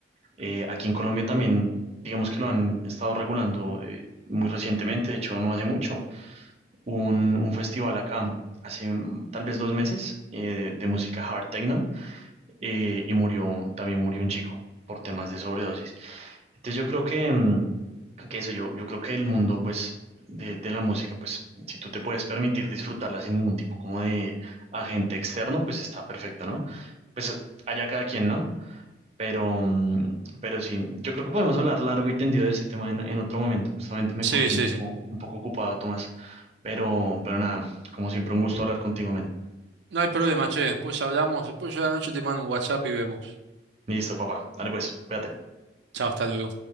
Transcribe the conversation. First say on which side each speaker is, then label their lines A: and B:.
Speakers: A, on the right; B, on the right.
A: Eh, aquí en Colombia también, digamos que lo han estado regulando eh, muy recientemente, de hecho, no hace mucho. Hubo Un, un festival acá, hace mm, tal vez dos meses, eh, de música hard techno, eh, y murió, también murió un chico por temas de sobredosis. Entonces, yo creo que... mm, que eso, yo, yo creo que el mundo, pues, de, de la música, pues, si tú te puedes permitir disfrutarla sin ningún tipo como de agente externo, pues está perfecto, ¿no? Pues allá cada quien, ¿no? Pero, mm, pero sí, yo creo que podemos hablar largo y tendido de ese tema en, en otro momento. Justamente me
B: sí,
A: coges
B: sí,
A: un poco,
B: sí.
A: un poco ocupado, Tomás. Pero, pero nada, como siempre, un gusto hablar contigo, men.
B: No hay problema, che. Después hablamos. Después yo a la noche te mando un WhatsApp y vemos.
A: Listo, papá. Dale pues, cuídate.
B: Chao, hasta luego.